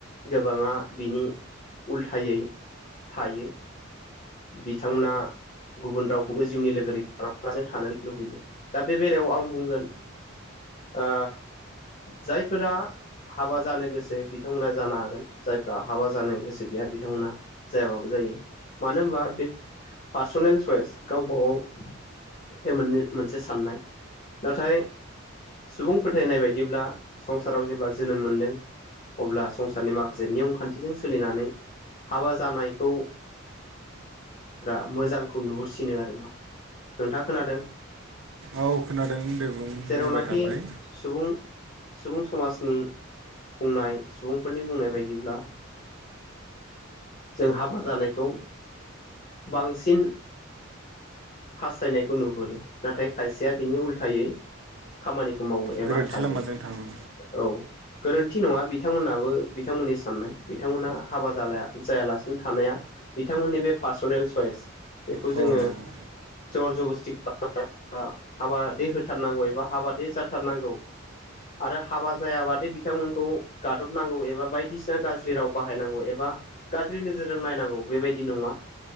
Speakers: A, on the left (about 45°); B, on the right (about 70°).
A: गोबाङा बिनि उल्थायै थायो बिथांमोना गुबुन रावखौबो जिउनि लोगोरि खालामा लासे थानो लुबैयो दा बे बेलायाव आं बुंगोन ओ जायफोरा हाबा जानो गोसो बिथांमोनहा जानो हागोन जायफ्रा हाबा जानो गोसो गैया बिथांमोना जायाबाबो जायो मानो होनबा बे पार्सनेल सयस गावबागाव बे मोन-मोनसे साननाय नाथाय सुबुं फोथायनाय बायदिब्ला संसाराव जेब्ला जोनोम मोनदों अब्ला संसारनि माखासे नियम खान्थिजों सोलिनानै हाबा जानायखौ फोरा मोजांखौ नुहुरसिनो आरो मा नोंथाङा खोनादों
B: औ खोनादों दे बुं
A: जेरावनाखि
B: बुंबाय थालाय
A: सुबुं-सुबुं समाजनि बुंनाय सुबुंफोरनि बुंनाय बायदिब्ला जों हाबा जानायखौ बांसिन हास्थायनायखौ नुहुरो नाथाय खायसेया बिनि उल्थायै खामानिखौ मावो एबा
B: गोरोन्थि
A: थायो
B: लामाजों थाङो
A: औ गोरोन्थि नङा बिथांमोनाबो बिथांमोननि साननाय बिथांमोनहा हाबा जालाया जायालासिनो थानाया बिथांमोननि बे पार्सनेल सयस बेखौ
B: औ
A: जोङो
B: नोंगौ
A: जर जबस्थि खालाम हाबा दे हो थारनांगौ एबा हाबादे जाथारनांगौ आरो हाबा जायाबादि बिथांमोनखौ गादबनांगौ एबा बायदिसिना गाज्रि राव बाहायनांगौ एबा गाज्रि नोजोरजों नायनांगौ बेबायदि नङा